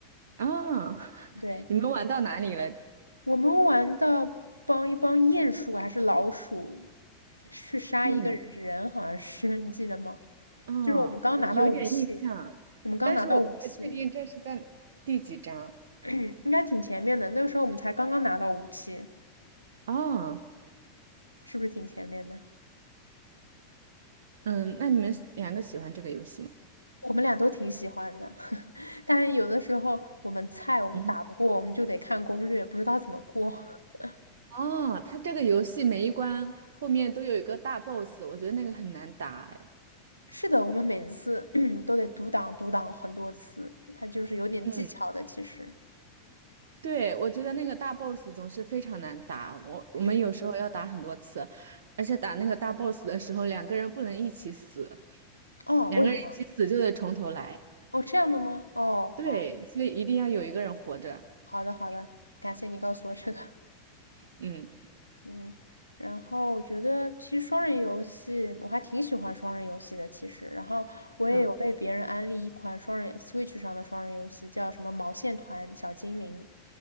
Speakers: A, on the right (about 55°); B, on the right (about 80°).
A: 啊，<laughs>
B: 对，
A: 你们玩到哪里了？
B: 嗯。我们玩的帮一帮鼹鼠还是老鼠去杀一个人，
A: 嗯，
B: 好像是 <laughs> 你记得吗？
A: 啊，
B: 就是我们刚拿到武器，
A: 我有点印象，
B: 我们刚拿到武器，
A: 但是我不太确定这是在第几章。
B: <clears throat> 应该挺前面的。那个时候我们才刚刚拿到武器，
A: 啊。
B: 是不是挺前面的？
A: 嗯，那你们喜两个喜欢这个游戏吗？
B: 我们俩都挺喜欢的，<laughs> 但是有的时候我们菜我们打不过，
A: 嗯哼
B: 我们就得看攻略，不知道怎么过。<laughs>
A: 哦，它这个游戏每一关后面都有一个大 boss，我觉得那个很难打，哎。
B: 是的，我们每次 <clears throat> 都得读档读档很多次，它就是有点技巧的，
A: 嗯，
B: 其实。
A: 对，我觉得那个大 boss 总是非常难打，我我们有时候要打很多次，
B: 嗯，
A: 而且打那个大 boss 的时候，两个人不能一起死，
B: 哦，
A: 两个人一起死就得从头来。
B: 为什么？哦，这样的吗？哦，
A: 对，
B: 好，
A: 所以一定要有一个人活着。
B: 好的，好的，感谢你告诉我这个。
A: 嗯
B: <laughs> 嗯，然后我觉得其实双人游戏我还挺喜欢双人游戏的，其实，然后我也有被别人安利一款双人
A: 嗯，
B: Switch 上的双人游戏，叫什么毛线团小精灵。